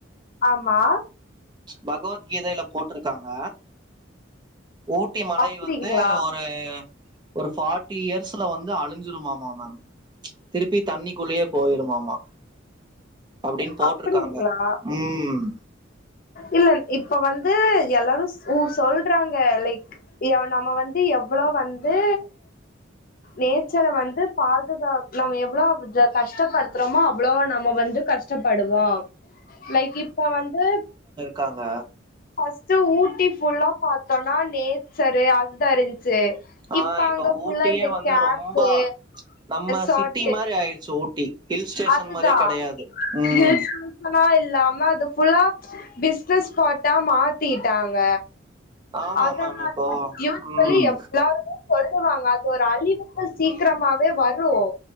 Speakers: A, on the left; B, on the right.
A: ஆமா
B: பகவத்கீதையில போட்ருக்காங்க ஊட்டி மலை
A: அப்டிங்களா
B: வந்து ஒரு ஒரு ஃபார்ட்டி இயர்ஸ்ல வந்து அழிஞ்சிருமாமா மேம் திருப்பி தண்ணிக்குள்ளயே போயிருமாமா அப்டின்னு போட்ருக்காங்க
A: அப்டிங்களா
B: ம்
A: இல்ல இப்ப வந்து எல்லாரும் உ சொல்றாங்க லைக் எ நம்ப வந்து எவ்ளோ வந்து நேச்சர வந்து பாதுகாக் நம்ப எவ்ளோ கஷ்டப்படுத்துறோமோ அவ்ளோ நம்ப வந்து கஷ்டப்படுவோ லைக் இப்ப வந்து
B: க்காங்க
A: ஃபர்ஸ்ட்டு ஊட்டி ஃபுல்லா பாத்தோனா நேச்சரு அதுதான் இருந்ச்சு
B: ஆ
A: இப்ப அங்க ஃபுல்லா
B: ஊட்டியே
A: இந்த
B: வந்து
A: க்யஃபே
B: ரொம்ப நம்ம
A: ரெசாட்டூ
B: சிட்டி மாரி ஆயிடுச்சு ஊட்டி ஹில் ஸ்டேஷன்
A: அதுதா
B: மாரியே கெடையாது
A: <inaudible>
B: ம்
A: மனா இல்லாம அது ஃபுல்லா பிஸ்னஸ் ஸ்பாட்டா மாத்திட்டாங்க
B: ஆமா
A: அதனாலா
B: மேம் இப்போ
A: யூஸ்வலி
B: ம்
A: சொல்லி எவ்லாருமே சொல்லுவாங்க அதுஒரு அழிவுக்கு சீக்ரமாவே வரும்